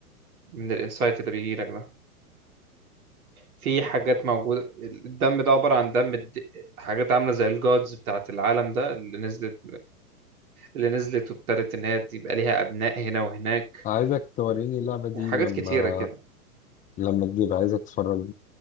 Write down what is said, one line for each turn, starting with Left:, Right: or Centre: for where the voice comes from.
Right: من الانسايت اللي بيجي لك ده في حاجات موجودة الدم ده عبارة عن دم الد... حاجات عاملة زي الجودز بتاعت العالم ده اللي نزلت اللي نزلت وابتدت إن هي يبقى ليها أبناء هنا وهناك
Left: عايزك توريني
Right: و...
Left: اللعبة دي
Right: وحاجات
Left: لما
Right: كتيرة كده
Left: لما تجيب عايزك تتفرج